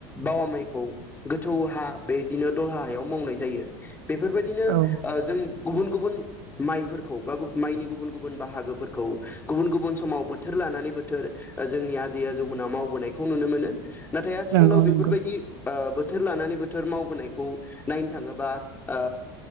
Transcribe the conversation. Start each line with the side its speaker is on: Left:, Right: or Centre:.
Left: बावा माइखौ गोथौ हा बेदिनो दल्हा हायाव मावनाय जायो। बेफोरबायदिनो ओ
Right: औ
Left: जों गुबुन गुबुन माइफोरखौ बा माइनि गुबुन गुबुन बाहागोफोरखौ गुबुन गुबुन समाव बोथोर लानानै बोथोर जोंनि आजै आजौमोना मावबोनायखौ नुनो मोनो नाथाय आथिखालाव
Right: नंगौ
Left: बेफोरबायदि
Right: नंगौ
Left: ओ बोथोर लानानै बोथोर मावबोनायखौ नायनो थाङोबा ओ